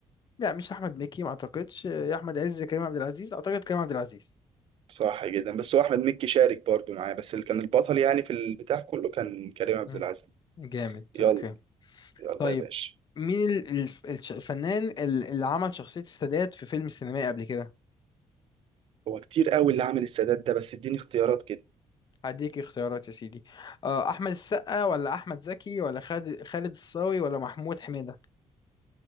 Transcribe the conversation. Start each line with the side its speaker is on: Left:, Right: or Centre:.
Left: لا مش احمد مكي ما اعتقدش يا احمد عز كريم عبد العزيز اعتقد كريم عبد العزيز
Right: صح جدا بس هو احمد مكي شارك برضو معاه بس اللي كان البطل يعني في البتاع كله كان كريم عبد
Left: مم.
Right: العزيز
Left: جامد
Right: يلا
Left: اوكي
Right: يلا
Left: طيب
Right: يا باشا
Left: مين ال- الف- الش- الفنان ال- اللي عمل شخصية السادات في فيلم سينمائي قبل كده
Right: هو كتير قوي اللي عامل السادات ده بس اديني اختيارات كده
Left: هديك اختيارات يا سيدي أه، احمد السقا ولا احمد زكي ولا خالد خالد الصاوي ولا محمود حميدة